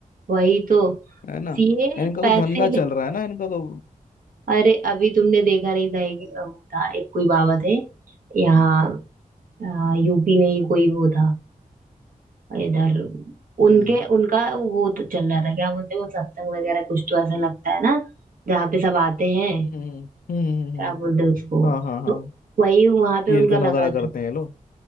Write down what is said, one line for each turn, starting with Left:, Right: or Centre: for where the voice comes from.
Right: वही तो
Left: है ना
Right: सीए
Left: इनका
Right: पैसे
Left: तो धंधा
Right: ले
Left: चल रहा है ना इनका तो
Right: अरे अभी तुमने देखा नहीं था एक वो था एक कोई बाबा थे यहाँ यूपी में ही कोई वो था और इधर उनके
Left: हम्म
Right: उनका वो तो चल रहा था क्या बोलते हैं वो सत्संग वगैरह कुछ तो ऐसा लगता है ना जहाँ पे सब आते हैं
Left: हम्म हम्म
Right: क्या
Left: हम्म,
Right: बोलते हैं उसको
Left: हाँ हाँ हाँ
Right: तो वही वहां पे
Left: कीर्तन
Right: उनका लगा
Left: वगैरह
Right: था
Left: करते हैं ये लोग